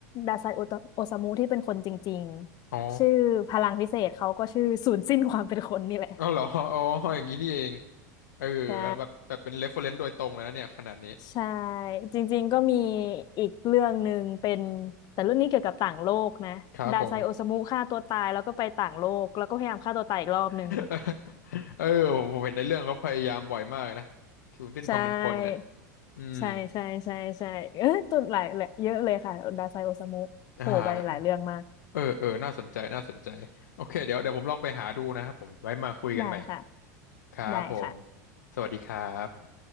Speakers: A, on the left; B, on the left.
A: ดาไซโอโอซามุที่เป็นคนจริงๆชื่อพลังพิเศษเขาก็ชื่อศูนย์สิ้นความเป็นคนนี่แหละ
B: อ๋ออ๋อเหรออ๋ออย่างนี้นี่เองเออ
A: ใช่
B: แบบแบบเป็น reference โดยตรงเลยนะเนี่ยขนาดนี้
A: ใช่จริงๆก็มีอีกเรื่องหนึ่งเป็นแต่เรื่องนี้เกี่ยวกับต่างโลกนะดาไซโอซามุฆ่าตัวตายแล้วก็ไปต่างโลกแล้วก็พยายามฆ่าตัวตายอีกรอบหนึ่ง
B: ครับผม <laughs> เออผมผมเห็นในเรื่องเขาพยายามบ่อยมากเลยนะศูนย์สิ้นความเป็นคนเนี่ย
A: ใช่
B: อืม
A: ใช่ใช่ใช่ใช่เออตุดหลายเลยเยอะเลยค่ะดาไซโอซามุโผล่ไปหลายเรื่องมาก
B: อ่าเออเออน่าสนใจน่าสนใจโอเคเดี๋ยวเดี๋ยวผมลองไปหาดูนะครับผมไว้มาคุยกันใหม่
A: ได้ค่ะ
B: ครับผม
A: ได้ค่ะ
B: สวัสดีครับ